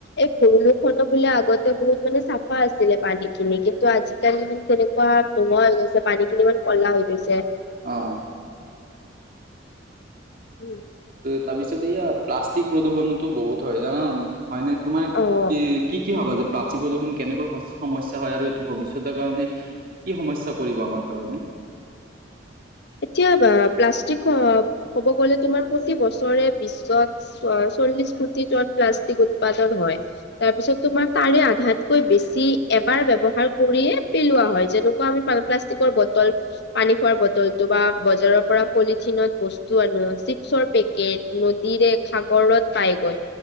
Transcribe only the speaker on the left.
এই ভৰলুখনো বোলে আগতে বহুত মানে চাফা আছিলে পানী খিনি কিন্তু আজিকালি মানে তেনেকুৱা নোহোৱা হৈ গৈছে পানী খিনি ইমান কলা হৈ গৈছে
উম।
অ
<unintelligible> এতিয়া বা প্লাষ্টিক ক'ব গলে তোমাৰ প্ৰতি বছৰে বিশ্বত চল্লিশ কোটিটন প্লাষ্টিক উৎপাদন হয় তাৰপিছত তোমাৰ তাৰে আধাতকৈ বেছি এবাৰ ব্যৱহাৰ কৰিয়ে পেলোৱা হয় যেনেকুৱা আমি প্লাষ্টিকৰ বটল পানী খোৱাৰ বটল তোবা বজাৰৰ পৰা পলিথিনত বস্তু আনো চিপছৰ পেকেট নদীৰে সাগৰত পাইগৈ